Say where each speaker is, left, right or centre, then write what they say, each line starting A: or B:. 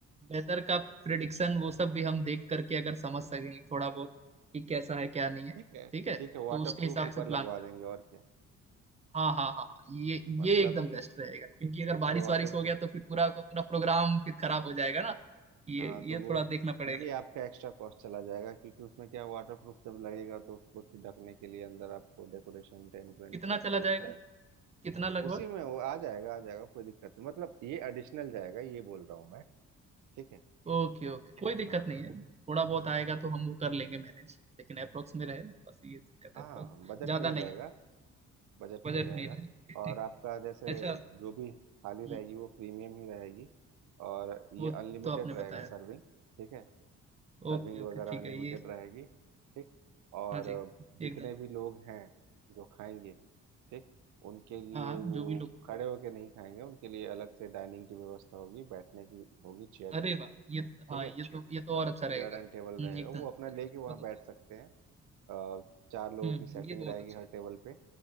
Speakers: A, on the right; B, on the right.
A: वेदर का प्रिडिक्शन वो सब भी हम देख करके अगर समझ सकें थोड़ा बहुत कि कैसा है क्या नहीं है
B: ठीक है
A: ठीक है
B: ठीक है वाटर
A: तो उसके
B: प्रूफ
A: ठीक हिसाब
B: ऊपर
A: है से प्लान
B: लगवा
A: करें
B: देंगे और क्या
A: हाँ हाँ हाँ हाँ, ये
B: मतलब
A: ये एकदम बेस्ट रहेगा क्योंकि अगर
B: ऊपर
A: बारिश
B: वाटर
A: वारिश हो
B: प्रूफ
A: गया तो फिर पूरा का पूरा प्रोग्राम फिर खराब हो जाएगा ना ये
B: हाँ तो
A: ये
B: वो
A: थोड़ा देखना पड़ेगा
B: ये आपका एक्स्ट्रा कॉस्ट चला जाएगा क्योंकि उसमें क्या वाटर प्रूफ जब लगेगा तो उसको फिर ढकने के लिए अंदर आपको डेकोरेशन टेंट वेंट
A: कितना
B: सब
A: चला
B: करना
A: जाएगा
B: पड़ेगा
A: कितना लगभग
B: उसी में वो आ जाएगा आ जाएगा कोई दिक्कत नहीं मतलब ये एडिशनल जाएगा ये बोल रहा हूँ मैं ठीक है
A: ओके ओके कोई दिक्कत
B: हाँ
A: नहीं
B: हाँ
A: है थोड़ा बहुत आएगा तो हम वो कर लेंगे मैनेज लेकिन अप्रोक्स में रहे ना बस ये दिक्कत
B: हाँ
A: है बहुत
B: हाँ बजट
A: ज्यादा
B: में ही
A: नहीं
B: रहेगा
A: है
B: बजट
A: बजट
B: में ही रहेगा
A: नहीं रहेगा ठीक
B: और
A: ठीक
B: आपका जैसे
A: अच्छा
B: जो भी थाली
A: हम्म,
B: रहेगी वो प्रीमियम ही रहेगी और ये
A: वो
B: अनलिमिटेड
A: तो आपने
B: रहेगा
A: बताया
B: सर्विंग ठीक है सर्विंग
A: ओके
B: वगैरह
A: ओके ठीक
B: अनलिमिटेड
A: है ये
B: रहेगी ठीक और
A: हाँ जी
B: जितने
A: एकदम
B: भी लोग हैं जो खाएंगे ठीक उनके लिए
A: हाँ हाँ
B: वो
A: जो भी लोग खाएंगे
B: खड़े होके नहीं खाएंगे उनके लिए अलग से डाइनिंग की व्यवस्था होगी बैठने की होगी चेयर
A: अरे
B: की
A: वाह ये
B: ठीक
A: हाँ
B: है
A: ये तो ये तो
B: हाँ
A: और अच्छा रहेगा
B: चेयर एंड
A: हम्म,
B: टेबल रहेगा
A: एकदम
B: वो
A: एकदम
B: अपना लेके वहाँ
A: बहुत अच्छा
B: बैठ सकते हैं अ, चार लोगों
A: रहेगा हम्म
B: की सेटिंग
A: हम्म, ये बहुत
B: रहेगी
A: अच्छा
B: हर
A: है
B: टेबल पे